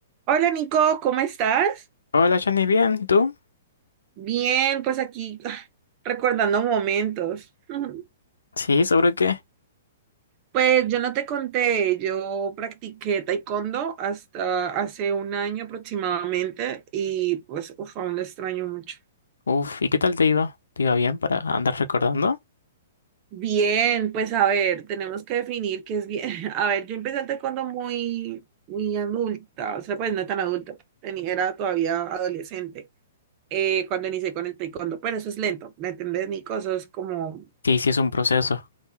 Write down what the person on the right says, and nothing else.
Hola Nico, ¿cómo estás?
Bien, pues aquí ah, recordando momentos. <laughs>
Pues yo no te conté, yo practiqué taekwondo hasta hace un año aproximadamente y pues uf, aún lo extraño mucho.
Bien, pues a ver, tenemos que definir qué es bien. <laughs> A ver, yo empecé el taekwondo muy, muy adulta, o sea, pues no tan adulta, tenía- era todavía adolescente eh, cuando inicié con el taekwondo, pero eso es lento, ¿me entendés, Nico? Eso es como